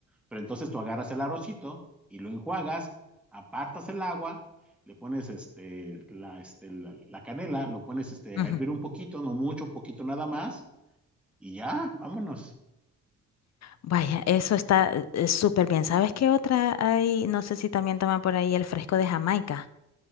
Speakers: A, in the centre; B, on the left (about 60°).
A: Pero entonces tú agarras el arrocito y lo enjuagas, apartas el agua, le pones este, la, este, la, la canela, lo pones este,
B: Ujú.
A: a hervir un poquito, no mucho, un poquito nada más, y ya, vámonos.
B: Vaya, eso está eh, súper bien. ¿Sabes qué otra hay? No sé si también toman por ahí el fresco de Jamaica.